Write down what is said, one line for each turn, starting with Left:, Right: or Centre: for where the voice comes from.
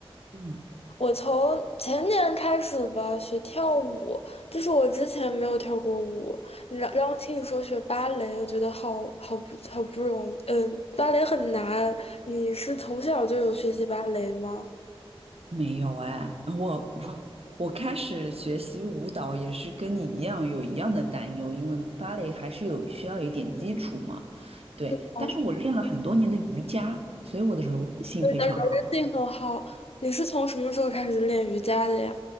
Right: 嗯，
Left: 我从前年开始吧学跳舞，就是我之前没有跳过舞。你让让我听你说学芭蕾，我觉得好好不好不容易，嗯，芭蕾很难。你是从小就有学习芭蕾吗？
Right: 没有哎，我我我开始学习舞蹈也是跟你一样有一样的担忧，因为芭蕾还是有需要有一点基础嘛。对，
Left: 哦
Right: 但是我练了很多年的瑜伽，所以我的柔韧性非常好，
Left: 的柔韧性很好。你是从什么时候开始练瑜伽的呀？